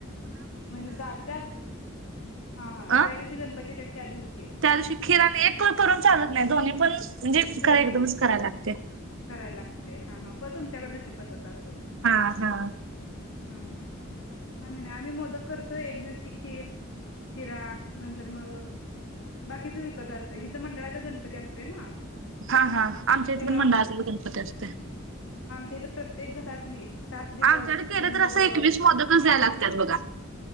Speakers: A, on the left; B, on the right.
A: म्हणजे जात्यात हा हा
B: अ
A: ज्या दिवशी गणपती येतात त्या दिवशी
B: त्या दिवशी खिरण एक करून चालत नाही दोन्ही पण म्हणजे
A: दोन्ही
B: खरां एकदमच कराय लाग
A: करायला लागते हा हा पण तुमच्याकडे जशी पद्धत असेल
B: हा हा
A: हम हा आम्ही नाही आम्ही मोदक करतोय एक दिवशी खीर शिरा नंतर मग बाकीच विकत आणतोय ईथ मंडळाचा गणपती असतोय ना
B: हा हा आमच्या
A: त्याला
B: इथ पण मंडळाचा गणपती असतोय.
A: ते प्रत्येक घरातली सात दिवस
B: आमच्याकड केल
A: कि नऊ
B: तर असं
A: दिवस
B: एकवीस मोदकच द्याय लागत बघा